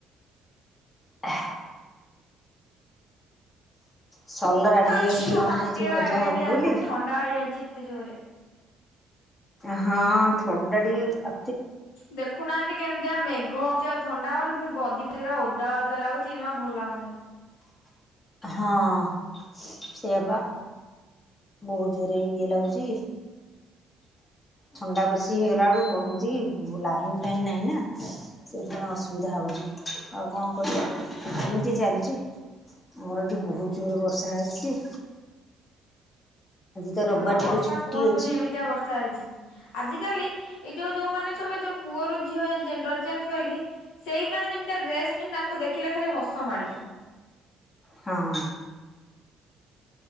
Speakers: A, on the left; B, on the left.
A: <unintelligible> ସଲରା
B: ମତେ
A: ଟିକେ ହୋଇଚି
B: ଟିକେ
A: ଅଣା ହେଉଚି ଭଜା
B: ଆଜ୍ଞା
A: ହବ
B: ଟିକେ ଜାଣିଛନ୍ତି
A: ବୋଲି।
B: ଥଣ୍ଡା ହେଇ ଯାଉଚି ଏତେ ଜୋରେ।
A: ହଁ ଥଣ୍ଡା ଟିକେ ଆ
B: ଦେଖୁନାହାନ୍ତି କେମି ତିଆ ମେଘ ହୋଉଚି ଆଉ ଥଣ୍ଡା ହବନି ପୁଣି ଗଦି ଫଦି ଉରା ଓଦା ଓଦା ଲାଗୁଚି ଜମା ଭଲ ଲାଗୁନି।
A: ହଁ ସେଇଆପା ବୋହୁତ ଜୋରେ ଇଏ ଲାଗୁଚି। ଥଣ୍ଡା ବେଶି ହେଇଗଲା ବେଳକୁ କଣ ହୋଉଚି କି ଲାଇନ୍ ଫାଇନ୍ ନାହିଁ ନା ସେଇଥିପାଇଁ ଅସୁବିଧା ହୋଉଚି ଆଉ କଣ କରିବା ଏମିତି ଚାଲିଚି ଆମର ଏଠି ବୋହୁତ ଜୋରେ ବର୍ଷା ହେଉଚି। ତ ରବିବାର
B: ତା ମାନେ
A: ଟିକେ
B: ବର୍ଷା
A: ଛୁଟି
B: କୁହନ୍ତୁନି
A: ଅଛି।
B: ଏମିତିଆ ବ ର୍ଷା ହେଇଚି ଆଜିକାଲି ଏଇ ଯୋଉ ଯୋଉ ମାନେ ସବୁ ଏ ଯୋଉ ପୁଅରୁ ଝିଅ ହେଇ ଯାଉ ଜେଣ୍ଡର ଚେଞ୍ଜ କରିକି ସେଇମାନେ ଯେମିତିଆ ଡ୍ରେସ ପିନ୍ଧି ତାଙ୍କୁ ଦେଖିଲେ ଖାଲି ହସ ମାଡିବ।
A: ହଁ।